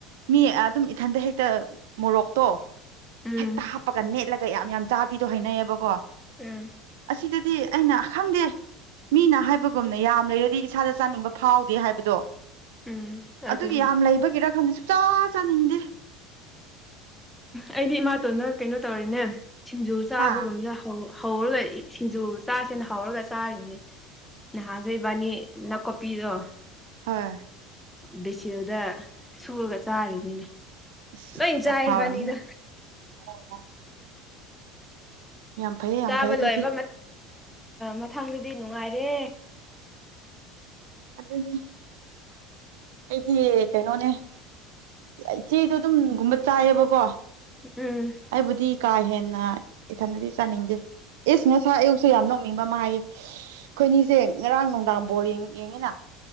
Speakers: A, on the right (about 85°); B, in the centre.
A: ꯃꯤ ꯑꯗꯨꯝ ꯏꯊꯟꯗ ꯍꯦꯛꯇ ꯃꯣꯔꯣꯛꯇꯣ꯫
B: ꯎꯝ꯫
A: ꯍꯦꯛꯇ ꯍꯥꯞꯄꯒ ꯅꯦꯠꯂꯒ ꯌꯥꯝ ꯌꯥꯝ ꯆꯥꯕꯤꯗꯣ ꯍꯩꯅꯩꯌꯦꯕꯀꯣ
B: ꯎꯝ
A: ꯑꯁꯤꯗ꯫ ꯗꯤ ꯑꯩꯅ ꯈꯪꯗꯦ ꯃꯤꯅ ꯍꯥꯏꯕꯒꯨꯝꯅ ꯌꯥ꯫ ꯌꯝ ꯂꯩꯔꯗꯤ ꯏꯁꯥꯗ ꯆꯅꯤꯡꯕ ꯐꯥꯎꯗꯦ ꯍꯥꯏꯕꯗꯣ
B: ꯎꯝ ꯑꯗꯨꯅꯦ
A: ꯑꯗꯨꯒꯤ ꯌꯥꯝ ꯂꯩꯕꯒꯤꯔ ꯈꯪꯗꯦ꯫ ꯆꯥ ꯆꯥꯅꯤꯡꯗꯦ꯫
B: ꯑꯩꯗꯤ ꯏꯃꯥꯇꯣꯟꯅ ꯀꯩꯅꯣ ꯇꯧꯔꯤꯅꯅꯦ ꯁꯤꯡꯖꯨ ꯆꯥꯕꯒꯨꯝꯕꯖꯦ꯫
A: ꯍꯥ
B: ꯍꯧ ꯍꯧꯔꯒ ꯁꯤꯡꯖꯨ ꯆꯥꯁꯦꯅ ꯍꯧꯔꯒ ꯆꯥꯔꯤꯅꯦ꯫ ꯅꯍꯥꯟꯁꯨ ꯏꯕꯅꯤ ꯅꯀꯨꯞꯄꯤꯗꯣ꯫
A: ꯍꯣꯢ꯫
B: ꯕꯦꯁꯤꯜꯗ ꯁꯨꯔꯒ ꯆꯥꯔꯤꯅꯤꯅꯦ꯫
A: ꯑꯁ
B: ꯂꯣꯏ ꯆꯥꯏ
A: ꯌꯥꯝ ꯍꯥꯎꯔꯝꯃꯅꯤ
B: ꯏꯕꯅꯤꯗꯣ꯫
A: ꯑꯣ ꯌꯥꯝ ꯐꯩꯌꯦ
B: ꯆꯥꯕ
A: ꯌꯥꯝ ꯐꯩꯌꯦ ꯑꯗꯨꯗꯤ
B: ꯂꯣꯏꯕ ꯃꯊꯪꯗꯗꯤ ꯅꯨꯡꯉꯥꯏꯔꯦ꯫
A: ꯑꯗꯨꯅꯤ꯫ ꯑꯩꯗꯤ ꯀꯩꯅꯣꯅꯦ꯫ ꯏꯆꯦꯗꯣ ꯑꯗꯨꯝꯒꯨꯝꯕ ꯆꯥꯏꯌꯦꯕꯀꯣ꯫
B: ꯎꯝ꯫
A: ꯑꯩꯕꯨꯗꯤ ꯀꯥ ꯍꯦꯟꯅ ꯏꯊꯟꯗꯗꯤ ꯆꯥꯅꯤꯡꯗꯦ꯫ ꯏꯁ ꯉꯁꯥꯏ ꯑꯌꯨꯛꯁꯨ ꯌꯥꯝ ꯅꯣꯡꯅꯤꯡꯕ ꯑꯃ ꯍꯥꯏꯌꯦ꯫ ꯑꯩꯈꯣꯏꯅꯤꯁꯦ ꯉꯔꯥꯡ ꯅꯨꯡꯗꯥꯡ ꯕꯣꯜ ꯌꯦꯡ ꯌꯦꯡꯉꯤꯅ꯫